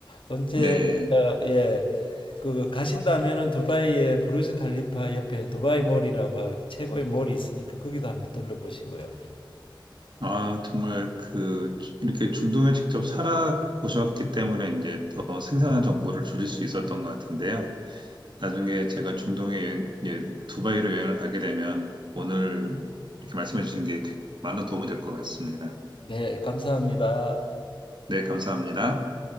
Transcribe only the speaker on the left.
언제
어, 예, 그 가신다면은 두바이의 부르즈 칼리파 옆에 두바이 몰이라고 최고의 몰이 있으니까 거기도 한번 들러보시고요.
네, 감사합니다.